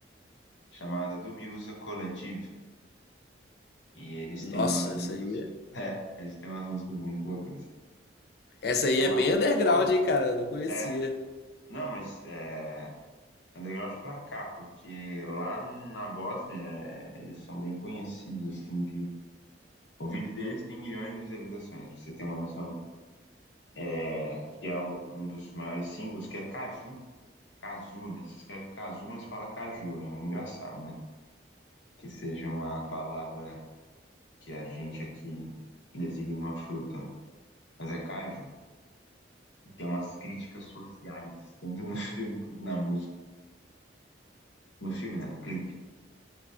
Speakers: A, on the left; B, on the left.
A: chamada Dubiosa Collective. E eles
B: Nossa,
A: têm umas músicas.
B: essa aí, é-
A: <laughs> É, eles têm umas músicas muito loucas.
B: essa aí
A: A
B: é
A: mais
B: bem underground,
A: famosa
B: hein, cara? Eu não conhecia.
A: é. Não, mas é. Underground pra cá, porque lá na Bósnia é, eles são bem conhecidos, assim, de... O vídeo deles tem milhões de visualizações, pra você ter uma noção. É, que é o- um dos maiores singles, que é Caju. Cazu, né? Se escreve Cazu, mas fala Caju. É engraçado, né? Que seja uma palavra que a gente aqui designa uma fruta, né? Mas é Caju. E Tem umas críticas sociais, tanto no <laughs> filme quanto na música. No filme, né? No clipe.